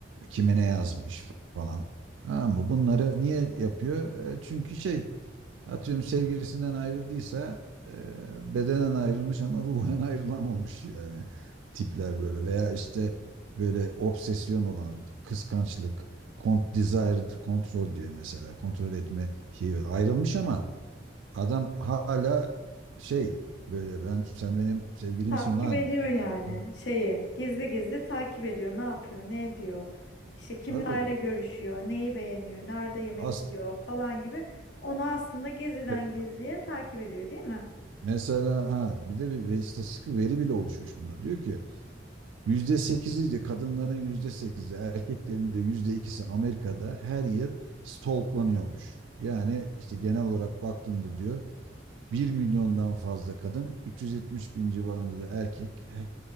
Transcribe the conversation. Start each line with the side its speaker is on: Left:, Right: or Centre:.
Right: kime ne yazmış falan. Ha mı bunları niye yapıyor? E, Çünkü şey atıyorum sevgilisinden ayrıldıysa e, bedenen ayrılmış ama ruhen <laughs> ayrılamamış yani tipler böyle veya işte böyle obsesyon olan kıskançlık, kont desired control diyor mesela kontrol etme şeyi ayrılmış ama Adam hala şey böyle ben sen benim sevgilimsin
Left: Takip
Right: ulan.
Left: ediyor yani
Right: Ee, kar-
Left: şeyi. Gizli gizli takip ediyor. Ne yapıyor, ne ediyor? İşte kimlerle
Right: Tabii.
Left: görüşüyor, neyi beğeniyor, nerede yemek
Right: As
Left: yiyor falan gibi. Onu aslında gizliden
Right: Ve-
Left: gizliye takip ediyor, değil mi?
Right: mesela ha bir de bir ve- istatistik bir veri bile oluşmuş bunda. Diyor ki yüzde sekizi de kadınların yüzde sekizi erkeklerin de yüzde ikisi Amerika'da her yıl stalklanıyormuş. Yani işte genel olarak baktığımda diyor bir milyondan fazla kadın 370 bin civarında da erkek her,